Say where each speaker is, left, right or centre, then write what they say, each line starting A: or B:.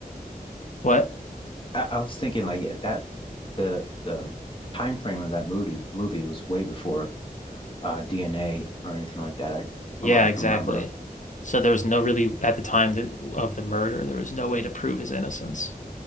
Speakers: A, on the left; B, on the left.
A: what?
B: I, I was thinking like that the the time frame of that movie movie was way before uh, DNA or anything like that. I,
A: Yeah,
B: from what I
A: exactly.
B: can remember.
A: So there was no really at the time that, of the murder, there was no way to prove his innocence.